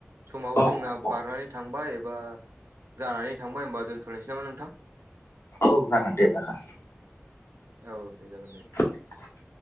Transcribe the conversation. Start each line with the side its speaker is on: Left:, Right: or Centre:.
Right: समावबो
Left: औ औ
Right: जोंना
Left: औ
Right: बारनानै थांबाय एबा जानानै थांबाय। होनबा दोनथ'लायनोसै नामा नोंथां?
Left: औ जागोन दे जागोन।
Right: औ दे जागोन दे नोंथां।
Left: <inaudible>